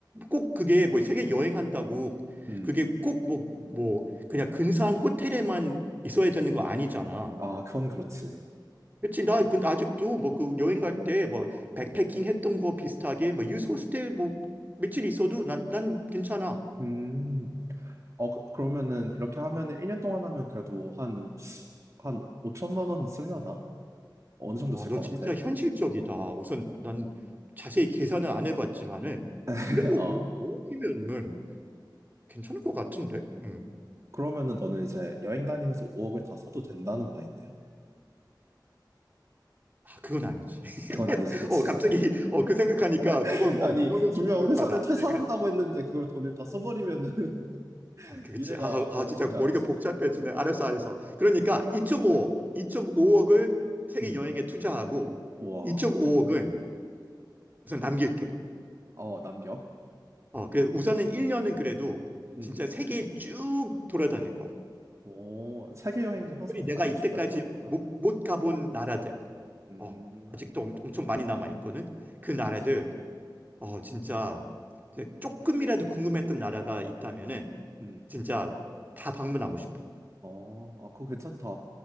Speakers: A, on the right; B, on the right.
A: 꼭 그게 뭐 세계 여행한다고
B: 음.
A: 그게 꼭 뭐 뭐 그냥 근사한 호텔에만 있어야 되는 거 아니잖아.
B: 아, 그건 그렇지.
A: 그치? 나 근데 아직도 뭐 그 여행 갈 때 뭐 백패킹 했던 거 비슷하게 뭐 유스호스텔 뭐 며칠 있어도 난, 난 괜찮아.
B: 음. 어, 그, 러면은 이렇게 하면은 1년 동안 하면 그래도 한, 한 5천만 원 쓰려나? 어느 정도
A: 와,
B: 쓸
A: 너
B: 것
A: 진짜
B: 같아?
A: 현실적이다. 우선 난 자세히 계산은 안 해봤지만은
B: <laughs>
A: 그래도
B: 어.
A: 5억이면은 괜찮을 것 같은데. 음.
B: 그러면은 너는 이제 여행 다니면서 5억을 다 써도 된다는 말인데요?
A: 아, 그건 아니지. <laughs>
B: 그건 아니지, 그치?
A: 어, 갑자기 어, 그 생각하니까
B: <laughs>
A: 조금 어,
B: 아니,
A: 그거는
B: 분명
A: 좀 부족하다.
B: 회사를 퇴사한다고
A: 그래, 그래.
B: 했는데 그걸 돈을 다 써버리면은 <laughs>
A: 아, 그렇지.
B: 미래가
A: 아, 아,
B: 어,
A: 진짜
B: 쉽지
A: 머리가
B: 않지.
A: 복잡해지네. 알았어, 알았어. 그러니까 2.5억, 2.5억을 세계
B: 음.
A: 여행에 투자하고
B: 와.
A: 2.5억은 우선 남길게.
B: 어, 남겨?
A: 어, 그래서 우선은 1년은 그래도
B: 음.
A: 진짜 세계 쭉 돌아다닐 거야.
B: 오, 세계 여행
A: 특별히
B: 항상
A: 내가
B: 다니고
A: 이때까지
B: 싶어 했나 보구나.
A: 못, 못 가본 나라들.
B: 음,
A: 어, 아직도 엄- 엄청 많이 남아 있거든. 그 나라들
B: 그치.
A: 어, 진짜 이제 조금이라도 궁금했던 나라가 있다면은
B: 음,
A: 진짜 다 방문하고 싶어.
B: 어, 아, 그거 괜찮다.